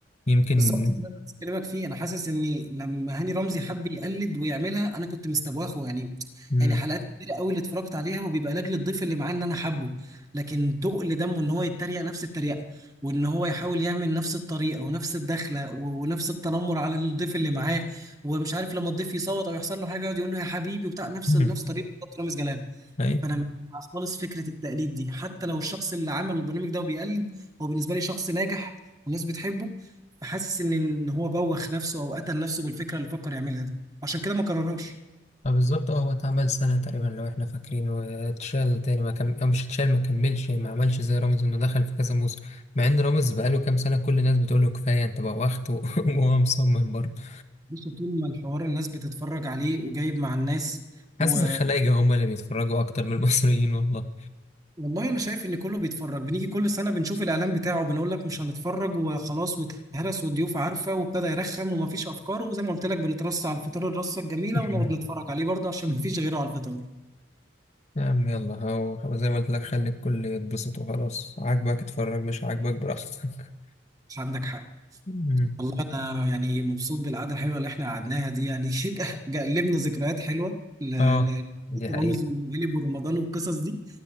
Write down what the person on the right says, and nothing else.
بالظبط ده اللي انا عايز اكلمك فيه انا حاسس اني لما هاني رمزي حب يقلد ويعملها انا كنت مستواخه يعني
يعني حلقات كتير قوي اللي اتفرجت عليها وبيبقى لاجل الضيف اللي معاه ان انا حبه لكن تقل دمه ان هو يتريق نفس التريقه وان هو يحاول يعمل نفس الطريقه ونفس الدخله و- ونفس التنمر على الضيف اللي معاه ومش عارف لما الضيف يصوت او يحصل له حاجه يقعد يقول له يا حبيبي وبتاع نفس
نفس طريقه بالظبط رامز جلال
فانا مش مع خالص فكره التقليد دي حتى لو الشخص اللي عمل البرنامج ده وبيقلد هو بالنسبه لي شخص ناجح والناس بتحبه فحاسس ان إن هو بوخ نفسه او قتل نفسه بالفكره اللي فكر يعملها دي عشان كده ما كررهاش
بص طول ما الحوار الناس بتتفرج عليه وجايب مع الناس
و...
والله انا شايف ان كله بيتفرج بنيجي كل سنه بنشوف الاعلان بتاعه بنقول لك مش هنتفرج وخلاص واتهرس والضيوف عارفه وابتدى يرخم ومفيش افكار وزي ما قلت لك بنترص على الفطار الرصه الجميله
ونقعد نتفرج عليه برضه عشان مفيش غيره على الفطار
عندك حق
والله انا يعني مبسوط بالقعده الحلوه اللي احنا قعدناها دي يعني <laughs> جلبنا ذكريات حلوه ل-
ل-
رامز والمقلب ورمضان والقصص دي